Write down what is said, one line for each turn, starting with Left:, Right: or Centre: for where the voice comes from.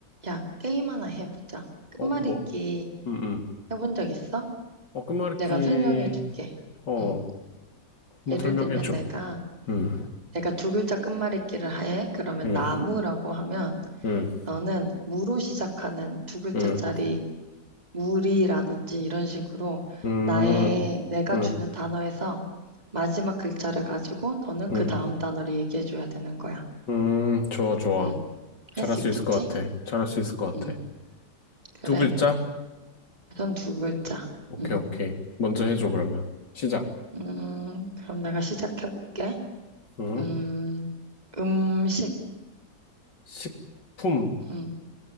Right: 야, 게임 하나 해보자. 끝말잇기
Left: 어, 뭐, 응, 응.
Right: 해본 적 있어?
Left: 어, 끝말잇기,
Right: 내가 설명해 줄게.
Left: 어,
Right: 응.
Left: 한번
Right: 예를
Left: 설명해줘.
Right: 들면 내가,
Left: 음,
Right: 내가 두 글자 끝말잇기를 해. 그러면
Left: 음,
Right: 나무라고 하면
Left: 음,
Right: 너는 무로 시작하는 두 글자짜리
Left: 음,
Right: 무리라든지 이런 식으로
Left: 음,
Right: 나의, 내가
Left: 음,
Right: 주는 단어에서 마지막 글자를 가지고 너는
Left: 음,
Right: 그 다음 단어를 얘기해 줘야 되는 거야.
Left: 음, 좋아, 좋아.
Right: 응.
Left: 잘할
Right: 할 수
Left: 수
Right: 있겠지?
Left: 있을 것 같아. 잘할 수 있을 것
Right: 응.
Left: 같아.
Right: 그래.
Left: 두 글자?
Right: 우선 두 글자.
Left: 오케이,
Right: 응.
Left: 오케이. 먼저 해줘, 그러면. 시작.
Right: 음, 그럼 내가 시작해 볼게.
Left: 음,
Right: 음, 음식,
Left: 식품,
Right: 음,